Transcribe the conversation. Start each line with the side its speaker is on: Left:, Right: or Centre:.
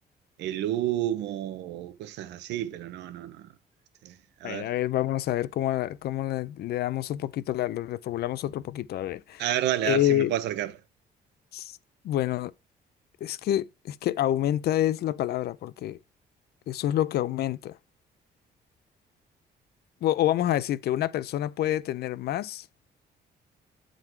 Right: el humo, o cosas así, pero no, no, no. no. Este, a
Left: A
Right: ver.
Left: ver, a ver, vamos a ver cómo, la- cómo le, le damos un poquito, la, lo reformulamos otro poquito. A ver,
Right: A ver, dale,
Left: Eh,
Right: a ver si me puedo acercar.
Left: s- bueno. Es que, es que aumenta es la palabra, porque eso es lo que aumenta. O, o vamos a decir que una persona puede tener más,